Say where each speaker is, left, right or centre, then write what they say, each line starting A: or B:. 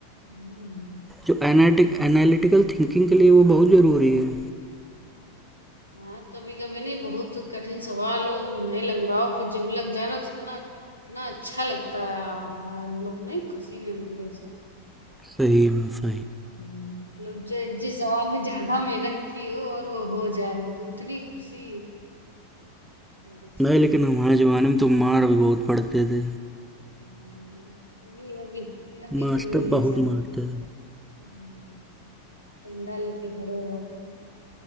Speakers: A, on the left (about 80°); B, in the centre.
A: हम्म,
B: जो एनालिटिक एनालिटिकल थिंकिंग के लिए वो बहुत ज़रूरी है
A: हाँ कभी कभी नहीं बहुत कठिन सवाल हो नहीं लग रहा हो फिर जब लग जाए ना तो इतना इतना अच्छा लगता है हाँ मतलब नहीं खुशी मिलती है सब
B: सही में सही
A: हम्म, मतलब जे- जिस सवाल में ज्यादा मेहनत की हो और वो हो जाए तो उतनी खुशी बहुत अच्छा
B: नहीं
A: लगता
B: लेकिन
A: है
B: हमारे ज़माने में तो मार भी बहुत पड़ते थे
A: हम्म, अभी अभी अभी
B: मास्टर
A: तो नहीं है
B: बहुत
A: सर
B: मारते थे
A: हम्म, डंडा लेके खड़े हो जाते हैं